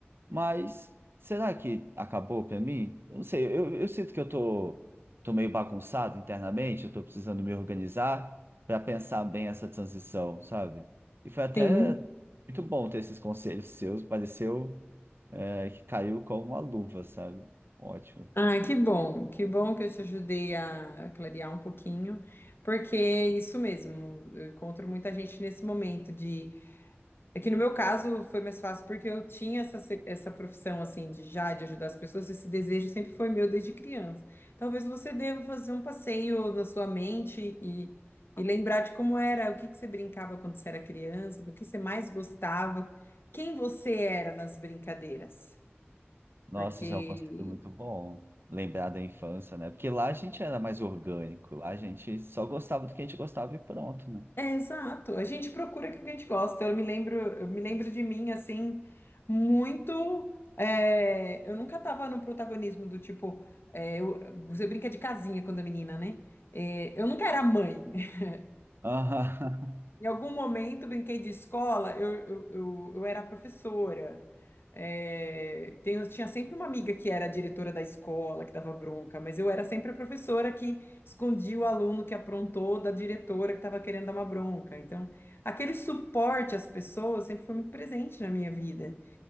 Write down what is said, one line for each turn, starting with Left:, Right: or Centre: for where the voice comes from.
Right: mas será que acabou para mim? Eu não sei, eu, eu sinto que eu tô, tô meio bagunçado internamente, eu tô precisando me organizar para pensar bem essa transição, sabe? E foi até
Left: Sim.
Right: muito bom ter esses conselhos seus, pareceu, é, que caiu como uma luva, sabe? Ótimo.
Left: Ah, que bom, que bom que eu te ajudei a a clarear um pouquinho, porque é isso mesmo, eu encontro muita gente nesse momento de. É que no meu caso foi mais fácil porque eu tinha essa, se- essa profissão assim de já de ajudar as pessoas, esse desejo sempre foi meu desde criança. Talvez você deva fazer um passeio na sua mente e, e lembrar de como era, o que que você brincava quando você era criança, do que você mais gostava, quem você era nas brincadeiras.
Right: Nossa,
Left: Porque
Right: isso é um conceito muito bom. Lembrar da infância, né? Porque lá a gente era mais orgânico, lá a gente só gostava do que a gente gostava e pronto, né?
Left: É, exato. A gente procura aquilo que a gente gosta. Eu me lembro, eu me lembro de mim assim muito. é, eu nunca tava no protagonismo do tipo, é, eu- você brinca de casinha quando é menina, né? É, eu nunca era mãe. <laughs>
Right: Aham,
Left: Em algum momento brinquei de escola, eu, eu, eu, eu era professora. É, tenho- tinha sempre uma amiga que era a diretora da escola, que dava bronca, mas eu era sempre a professora que escondia o aluno que aprontou da diretora que estava querendo dar uma bronca. Então, aquele suporte às pessoas sempre foi muito presente na minha vida.